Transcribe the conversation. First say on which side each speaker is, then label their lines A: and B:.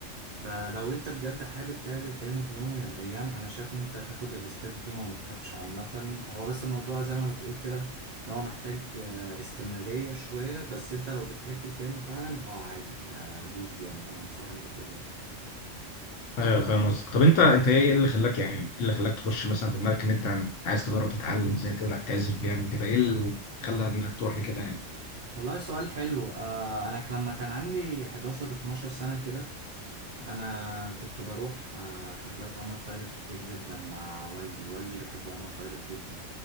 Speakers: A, on the right; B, on the left.
A: فلو انت بجد حابب تعزف بيانو في يوم من الايام انا شايف ان انت هتاخد الستيب دي وما تخافش عامه هو بس الموضوع زي ما بتقول كده ان هو محتاج آه، استمراريه شويه بس انت لو بتحب البيانو فعلا اه عادي آه، دوس جامد انا انصحك بكده بقى
B: ايوه فاهم قصدك طب انت انت ايه اللي خلاك يعني ايه اللي خلاك تخش مثلا في دماغك ان انت عن- عايز تجرب تتعلم ازاي تلع- تعزف بيانو كده ايه اللي خلى دماغك تروح لكده يعني
A: والله سؤال حلو آه، انا ك- لما كان عندي 11 12 سنه كده انا كنت بروح آه، حفلات عمر خيرت كتير جدا مع والدي والدي بيحب عمر خيرت جدا